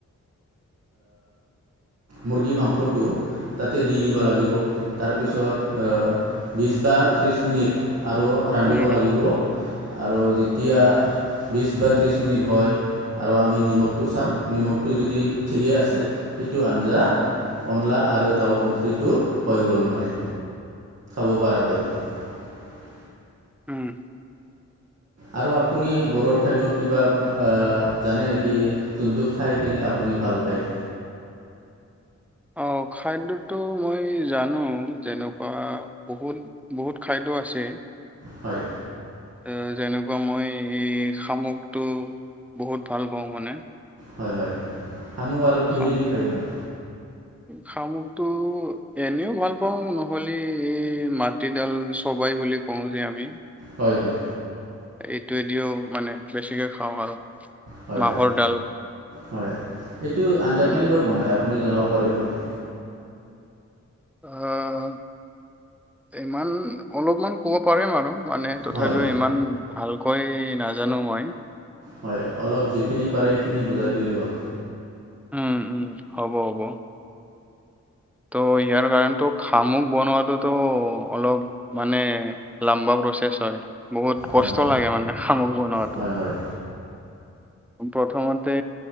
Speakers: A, in the centre; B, on the right (about 55°).
A: <inaudible>
B: মুৰ্গী মাংসটো তাতে দি দিব লাগিব তাৰপিছত এ বিছবা ত্ৰিছ মিনিট আৰু ৰান্ধিব
A: উম,
B: লাগিব
A: উম,
B: আৰু যেতিয়া বিছ বা ত্ৰিছ মিনিট হয় আৰু আমি নিমখটো চাম নিমখটো যদি ঠিকে আছে সেইটো আঞ্জা অনলা আৰু দাউ অখিটো হৈ গ'ল মানে। <unintelligible>
A: উম
B: আৰু আপুনি বড়োৰ খাদ্য কিবা জানে নেকি যোনটো খাই কিনে আপুনি ভাল পায়।
A: <inaudible> অঁ খাদ্যটো মই জানো যেনেকুৱা বহুত বহুত খাদ্য আছে
B: হয়
A: এ যেনেকুৱা মই এই শামুকটো বহুত ভাল পাওঁ মানে।
B: হয় হয় শামুক আৰু কিহেদি
A: শাম
B: খায় মানে?
A: শামুকটো এনেও ভাল পাওঁ নহ'লে এই মাটিডাল চব গৈ বুলি কওঁ যে আমি
B: হয় হয়।
A: এইটোৱেদিও মানে বেছিকে খাওঁ আৰু
B: হয়
A: মাহৰ
B: হয়
A: ডাল।
B: হয় এইটো আঞ্জা
A: উম,
B: কেনেকৈ
A: উম।
B: বনায় আপুনি জনাব পাৰিব নেকি?
A: আহ ইমান অলপমান কব পাৰিম আৰু। মানে তথাপিও
B: হয়
A: ইমান ভালকৈ নাজানো মই।
B: হয় অলপ যিখিনি পাৰে সেইখিনি বুজাই দিলেই হ'ল।
A: উম উম হ'ব হ'ব। ত' ইয়াৰ কাৰণে খামুক বনোৱটোতো অলপ মানে লম্বা প্ৰচেছ হয় বহুত
B: হয়
A: কষ্ট লাগে মানে শামুক বনোৱাটো।
B: হয় হয়
A: প্ৰথমতে